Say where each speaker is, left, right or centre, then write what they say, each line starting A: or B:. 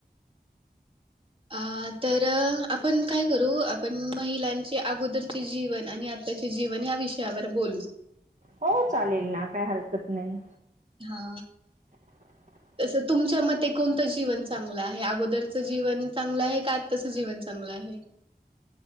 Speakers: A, on the right; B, on the right.
A: अ तर आपण काय करू आपण महिलांचे अगोदरचे जीवन आणि आ त्याचे जीवन या विषयावर बोलू
B: हो चालेल ना काय हरकत नाही.
A: हा
B: <unintelligible>
A: तसं तुमच्या मते कोणतं जीवन चांगलं आहे अगोदरचं जीवन चांगलं आहे का आत्ताचं जीवन चांगलं आहे.